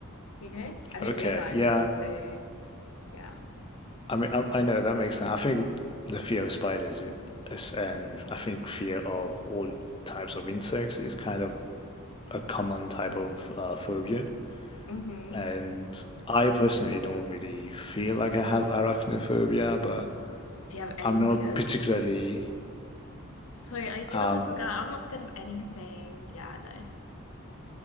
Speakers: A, on the left; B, on the left.
A: you know? I didn't
B: Okay,
A: realize
B: yeah.
A: they were so yeah.
B: I mean, I, I know that makes sense. I think the fear of spiders is, and I think fear of all types of insects is kind of a common type of uh, phobia.
A: Mm-hmm.
B: And I personally don't really feel like I have arachnophobia, but
A: Do you have any
B: I'm not
A: fears?
B: particularly,
A: Sorry, are you
B: um,
A: the type of girl? I'm not scared of anything. Yeah, I know.